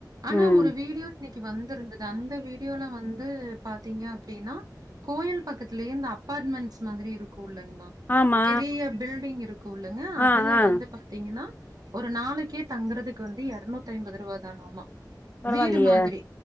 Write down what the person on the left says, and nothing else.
ம்.
ஆமா.
ஆ, ஆ.
பரவாயில்லையே!